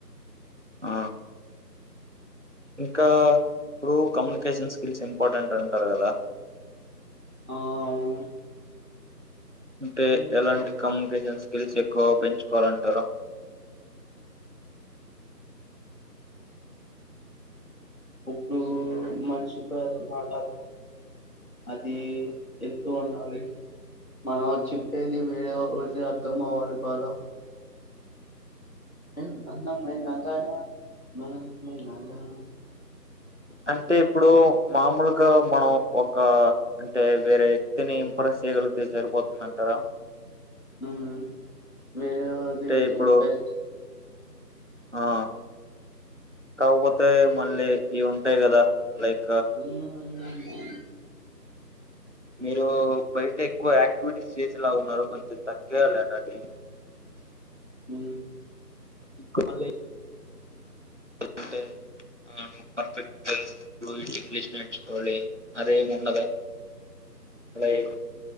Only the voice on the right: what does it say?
ఆ ఇంకా ప్పుడూ కమనే కేషన్ స్కిల్స్ ఇంపార్టెంట్ అంటారు. కదా
అంటే
ఎలాంటి కమ్యూనికేషన్స్ కిల్ల్స్ ఎక్కువ పెంచుకోవాలంటరు.
అంటేప్ ఇప్పుడు మామూలుగా, మనం ఒక అంటే వేరే వ్యక్తిని ఇంప్రెస్ చేయగలిగితే సరిపోతుందంటారా.
అంటే ఇప్పుడు
ఆ కావోతే మళ్ళీ ఇవ్వున్ హే కదా లైఫ్
మీరు బైటే ఎక్కువ యాక్టివిటీస్ చేసేలా ఉన్నారు. కొంచెం తగియాలి అటట్టి
ఇక్కు మళ్ళే అంటే ఆ నువ్వు పర్ఫెక్ట్ బ్లుయిట్ ఇంగ్లీష్ నేర్చుకోవాలి. అదేముండదా అలా ఏమి